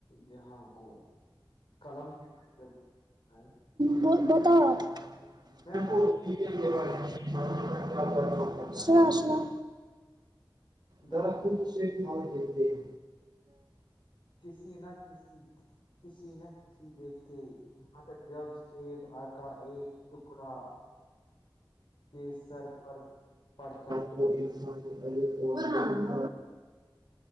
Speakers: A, on the left; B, on the right.
A: جہاں کو <unintelligible> کلم <unintelligible>
B: ب بتاؤ
A: میں آپ
B: <unintelligible>
A: کو کے بارے
B: سناو سناو
A: میں درخت
B: درا ک شریف
A: پھل
B: متے <unintelligible>
A: کسی نہ کسی کسی نہ کسی دیکھتے <unintelligible> مگر جب سےیب آ کا ایک ٹکڑا <unintelligible> کے سر پر پڑتا <unintelligible>
B: <unintelligible>
A: <unintelligible>